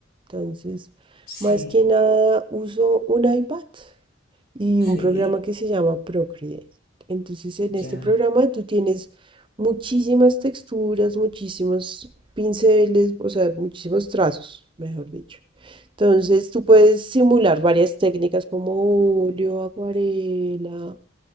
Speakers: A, on the right; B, on the left.
A: entonces,
B: Sí,
A: más que nada uso un iPad. y
B: sí,
A: un programa que se llama Procreate. Entonces, en
B: ya.
A: este programa tú tienes muchísimas texturas, muchísimos pinceles, o sea, muchísimos trazos, mejor dicho. Entonces, tú puedes simular varias técnicas como óleo, acuarela,